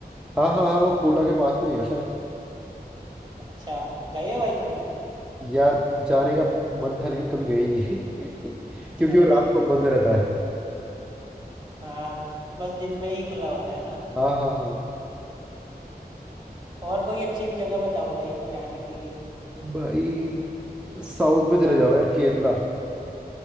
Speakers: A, in the centre; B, on the right (about 30°).
A: हाँ हाँ हाँ वो कोटा के पास में ही है शायद
B: अच्छा गए हो भाई तुम वहाँ
A: यार जाने का मन था लेकिन कभी गए ही नहीं <laughs> क्योंकि
B: अरे
A: वो रात को बंद रहता है
B: हाँ बस दिन में ही खुला होता है ना
A: हाँ हाँ हाँ
B: और कोई अच्छी भी जगह बताओ भाई जाने के लिए
A: भाई साउथ में चले जाओ यार केरला